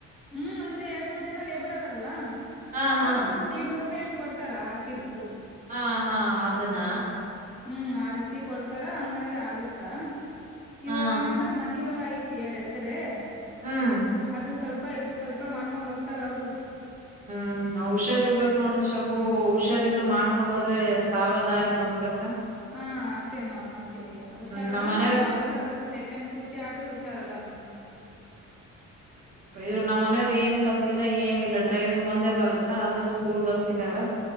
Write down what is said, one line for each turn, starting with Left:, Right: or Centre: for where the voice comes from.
Centre: ಹ್ಮ್ ಎರಡ್ನೂರ್ ಜನ ಲೇಬರ್ ಅದಾರಲ್ಲ
Right: ಹಾ
Centre: ಒಬ್ಬೊಬ್ಬರು
Right: ಹಾ
Centre: ದಡ್ನೂರ್ ರೂಪಾಯಿ ಹಂಗ್ ಕೊಡ್ತಾರ ಹಾಕಿದಕ್
Right: ಹಾ ಹಾ ಅದನ್ನ
Centre: ಹ್ಮ್ ಆ ರೀತಿ ಕೊಡ್ತಾರ ಹಂಗಾಗಿ ಆಗುತ್ತ ಇವಾಗ
Right: ಹಾ
Centre: ಏನದ ಮನ ಹೊಲ ಐತ್ ಇ ಏಡ್ ಎಕರೆ
Right: ಹ್ಮ್
Centre: ಅದು ಸ್ವಲ್ಪ ಇದು ಸ್ವಲ್ಪ ಮಾಡ್ಕೊಂಡ್ ಹೋಗ್ತಾರ ಅವರು
Right: ಹ್ಮ್ ಹುಷಾರ್ ಇರ್ಬೇಕೇಕ್ ನೋಡ್ರ ಶಬು ಹುಷಾರಿದ್ದು ಮಾಡ್ಕೊಂಡ್ ಹೋದ್ರೆ ಸಾವಿರದಾರಿ ಬದಕಕ
Centre: ಹಾ ಅಷ್ಟೇ ನೋಡ್ ಮತ್ತೆ ಏನಿಲ್ಲ ಹುಷಾರ
Right: ನಮ್
Centre: ಅದಾನ
Right: ಮನೆಯವ್ರ
Centre: ಬಾಳ್ ಹುಷಾರ ಅದಾನ ಸೆಕೆಂಡ್ ಪುಷಿ ಆದ್ರೂ ಹುಷಾರ ಅದಾನ
Right: ಇವರು ನಮ್ಮ್ ಮನವ್ರು ಏನು ಕಲ್ತಿಲ್ಲ ಏನಿಲ್ಲ ಡ್ರೈವಿಂಗ್ ಒಂದೇ ಬರುತ್ತಾ ಅದು ಸ್ಕೂಲ್ ಬಸ್ಸಗಾರ